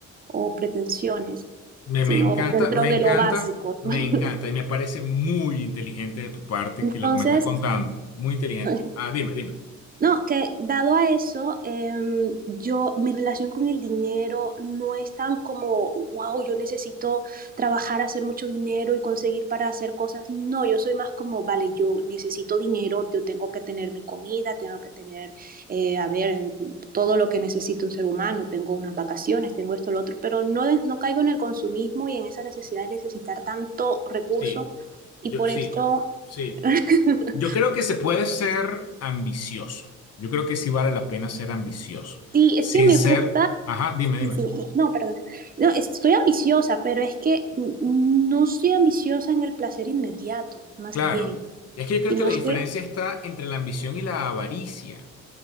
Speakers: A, on the right; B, on the left.
A: o pretensiones,
B: Me,
A: sino
B: me encanta,
A: dentro
B: me
A: de
B: encanta,
A: lo básico.
B: me
A: <laughs>
B: encanta y me parece muy inteligente de tu parte
A: Entonces,
B: que lo que me estás contando. Muy inteligente.
A: <laughs>
B: Ah, dime, dime.
A: No, que dado a eso, em, yo, mi relación con el dinero no es tan como, wow, yo necesito trabajar, hacer mucho dinero y conseguir para hacer cosas. No, yo soy más como, vale, yo necesito dinero, yo tengo que tener mi comida, tengo que tener, eh, a ver, todo lo que necesita un ser humano, tengo unas vacaciones, tengo esto, lo otro, pero no, de- no caigo en el consumismo y en esa necesidad de necesitar tanto recurso
B: Sí,
A: y
B: yo
A: por
B: sí,
A: esto...
B: sí.
A: <laughs>
B: Yo creo que se puede ser ambicioso. Yo creo que sí vale la pena ser ambicioso.
A: Sí, es
B: Sin
A: que me
B: ser,
A: gusta
B: ajá, dime, dime.
A: Sí, sí, sí. No, perdona. No, estoy ambiciosa, pero es que n- no soy ambiciosa en el placer inmediato, más
B: Claro.
A: bien,
B: Es que yo creo
A: sino
B: que la diferencia
A: que
B: está entre la ambición y la avaricia.